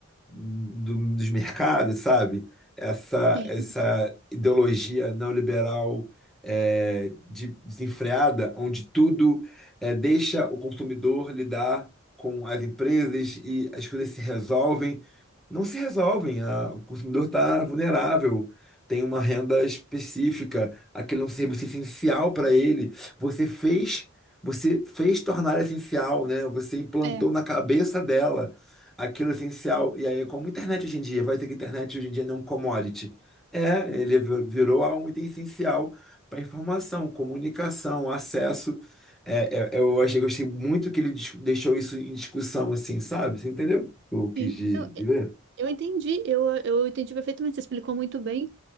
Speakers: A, in the centre; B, on the right.
A: do- dos mercados, sabe? Essa,
B: Sim,
A: essa ideologia neoliberal é, de- desenfreada, onde tudo é, deixa o consumidor lidar com as empresas e as coisas se resolvem. Não se resolvem, a- o consumidor está vulnerável. Tem uma renda específica, aquele é um serviço essencial para ele. Você fez, você fez tornar essencial, né? Você implantou
B: É,
A: na cabeça dela aquilo essencial. E aí, como internet hoje em dia, vai dizer que internet hoje em dia não é um commodity. É, ele vi- virou um item essencial para informação, comunicação, acesso. É, é, é, eu achei, gostei muito que ele dis- deixou isso em discussão, assim, sabe? Você entendeu? O que
B: sim.
A: eu quis dizer?
B: eu, eu entendi, eu, eu entendi perfeitamente, você explicou muito bem,